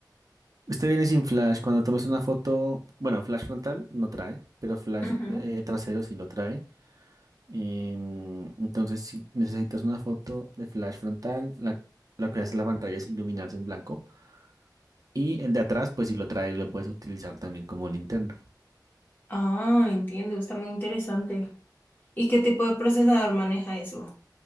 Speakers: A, on the right; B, on the left.
A: Usted viene sin flash. Cuando tomes una foto, bueno, flash frontal no trae, pero flash
B: Ujú.
A: eh, trasero sí lo trae. Em, entonces, si necesitas una foto de flash frontal, la, lo que hace la pantalla es iluminarse en blanco. Y el de atrás, pues si lo trae, lo puedes utilizar también como linterna.
B: Ah, entiendo, está muy interesante. ¿Y qué tipo de procesador maneja eso?